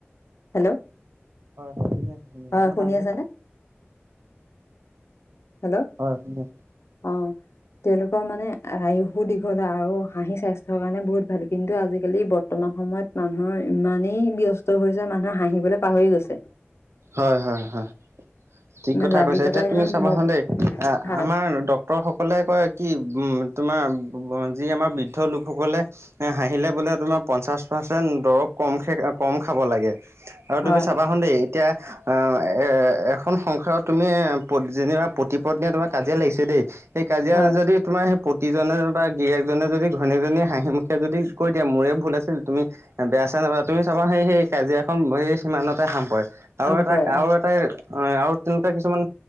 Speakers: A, on the left; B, on the right.
A: হেল্ল'
B: হয় শুনি আছো শুনি আছো।
A: হয়
B: অকমান ডাঙৰ
A: আছানে
B: কওক।
A: হেল্ল!
B: হয় শুনি আছো।
A: অঁ। তেওঁলোকৰ মানে আয়ুসো দীঘল হয় আৰু হাঁহি স্বাস্থ্যৰ কাৰণে বহুত ভাল কিন্তু আজিকালি বৰ্তমান সময়ত মানুহৰ ইমানেই ব্যস্ত হৈছে মানুহৰ হাঁহিবলৈ পাহৰি গৈছে।
B: হয় হয় হয় ঠিক কথাই
A: যান্ত্ৰিকতা
B: কৈছে এতিয়া
A: দিনত
B: তুমি চাবা
A: মোক
B: চোন দেই
A: হয়
B: আমাৰ ডাক্তৰসকলে কয় কি তোমাৰ যি আমাৰ বৃদ্ধ লোকসকলে এ হাঁহিলে বোলে তোমাৰ পঞ্চাশ পাৰ্চেন্ট দৰব কম খে কম খাব লাগে। আৰু
A: হয়
B: তুমি চাবা চোন দেই এতিয়া অ', এ এখন সংসাৰত তুমি যেনিবা প্ৰতিপত্নীয়ে তোমাৰ কাজিয়া লাগিছে দেই। সেই কাজিয়াৰ
A: হয়
B: যদি তোমাৰ সেই পতিজনে বা গিৰিয়েকজনে যদি ঘৈণীয়েকজনী হাঁহি মুখে যদি কৈ দিয়ে মোৰে ভুল আছিল তুমি বেয়া চেয়া নাপাবা তুমি চাবা সেই সেই কাজিয়াখন সেই সিমানতে সাম পৰে। আৰু
A: কাম
B: এটা
A: কৰে
B: আৰু এটাই আৰু তেনেকুৱা কিছুমান